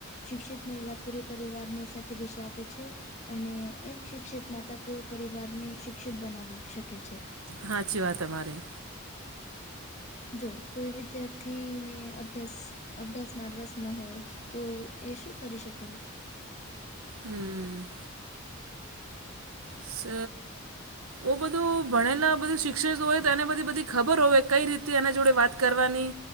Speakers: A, on the left; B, on the right.
A: શિક્ષિત મહિલા પૂરી પરિવાર ને સાચી દિશા આપે છે. અને એક શિક્ષિત માતા પુરો પરિવારને શિક્ષિત બનાવી શકે છે.
B: હાચી વાત તમારી.
A: જો કોઈ વિદ્યાર્થીને અભ્યાસ અભ્યાસમાં રસ ન હોય. તો એ શું કરી શકે.
B: હમ... સ... ઓ બધું ભણેલા બધું શિક્ષકો હોય તો એને બધી બધી ખબર હોય કઈ રીતે એના જોડે વાત. કરવાની